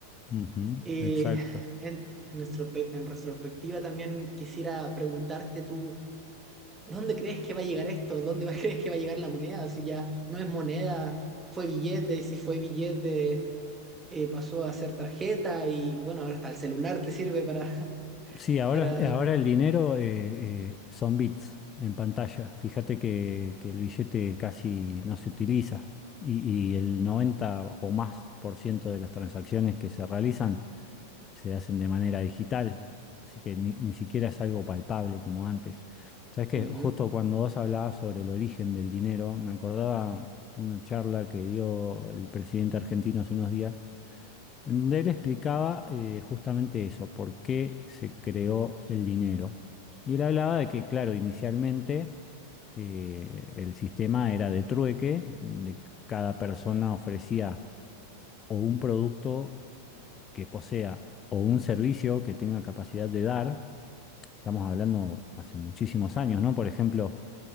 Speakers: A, on the left (about 25°); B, on the right (about 15°).
A: Ujú,
B: Eh,
A: exacto.
B: en, en nuestro, pe- en retrospectiva también quisiera preguntarte tú. ¿dónde crees que va a llegar esto? ¿Dónde va- <laughs> crees que va a llegar la moneda? Si ya no es moneda, fue billete, si fue billete, eh, pasó a ser tarjeta y bueno, ahora hasta el celular te sirve para, <laughs>
A: Sí, ahora,
B: para...
A: ahora el dinero eh, eh, son bits en pantalla. Fíjate que, que el billete casi no se utiliza y, y el 90 o más por ciento de las transacciones que se realizan se hacen de manera digital, así que ni, ni siquiera es algo palpable como antes. Sabes que
B: Ujú,
A: justo cuando vos hablabas sobre el origen del dinero, me acordaba una charla que dio el presidente argentino hace unos días, en donde él explicaba eh, justamente eso, por qué se creó el dinero. Y él hablaba de que, claro, inicialmente eh, el sistema era de trueque, donde cada persona ofrecía o un producto que posea o un servicio que tenga capacidad de dar, estamos hablando hace muchísimos años, ¿no? Por ejemplo,